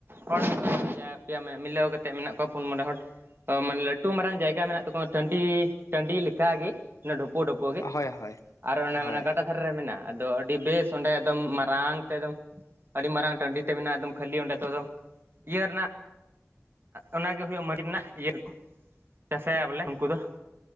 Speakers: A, on the right; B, on the left.
A: ᱦᱚᱲ ᱯᱮᱭᱟ ᱯᱮᱭᱟ ᱢᱤᱞᱟᱹᱣ ᱠᱟᱛᱮᱜ ᱢᱮᱱᱟᱜ ᱠᱚᱣᱟ ᱯᱩᱱ, ᱢᱚᱬᱮ ᱦᱚᱲ᱾ ᱚ ᱢᱟᱱᱮ ᱞᱟᱹᱴᱩ ᱢᱟᱨᱟᱝ ᱡᱟᱭᱜᱟ ᱢᱮᱱᱟᱜ ᱛᱟᱠᱚᱣᱟ ᱴᱟᱺᱰᱤ, ᱴᱟᱺᱰᱤ ᱞᱮᱠᱟᱜᱮ ᱚᱱᱟ ᱰᱷᱚ <unintelligible>
B: ᱦᱳᱭ ᱦᱳᱭ
A: ᱟᱨ ᱚᱱᱟ
B: ᱦᱳᱭ
A: ᱚᱱᱟ ᱜᱟᱰᱟ ᱫᱷᱟᱨᱮ ᱨᱮ ᱢᱮᱱᱟᱜᱼᱟ ᱟᱫᱚ ᱟᱹᱰᱤ ᱵᱮᱥ ᱚᱸᱰᱮ ᱮᱠᱫᱚᱢ ᱢᱟᱨᱟᱝ ᱛᱮ ᱫᱚᱢ ᱟᱹᱰᱤ ᱢᱟᱨᱟᱝ ᱴᱟᱺᱰᱤ ᱛᱮ ᱢᱮᱱᱟᱜᱼᱟ ᱮᱠᱫᱚᱢ ᱠᱷᱟᱹᱞᱤ ᱚᱸᱰᱮ ᱫᱚ ᱟᱫᱚ, ᱤᱭᱟᱹ ᱨᱮᱱᱟᱜ ᱚᱱᱟᱜᱮ ᱦᱩᱭᱩᱜᱼᱟ ᱢᱟᱨᱤᱪ ᱨᱮᱱᱟᱜ, ᱤᱭᱟᱹ ᱜᱮᱠᱚ, ᱪᱟᱥᱟᱭᱟ ᱵᱚᱞᱮ ᱩᱱᱠᱩ ᱫᱚ,